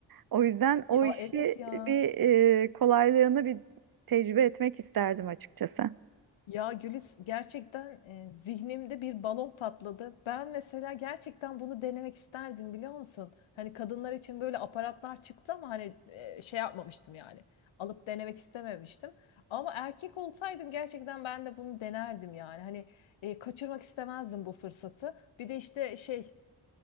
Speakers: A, on the right (about 45°); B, on the left (about 75°).
A: O yüzden o
B: Ya
A: işi
B: evet ya.
A: bir e, kolaylığını bir tecrübe etmek isterdim açıkçası.
B: Ya Gülis gerçekten e, zihnimde bir balon patladı. Ben mesela gerçekten bunu denemek isterdim biliyor musun? Hani kadınlar için böyle aparatlar çıktı ama hani e, şey yapmamıştım yani. Alıp denemek istememiştim. Ama erkek olsaydım gerçekten ben de bunu denerdim yani. Hani e, kaçırmak istemezdim bu fırsatı. Bir de işte şey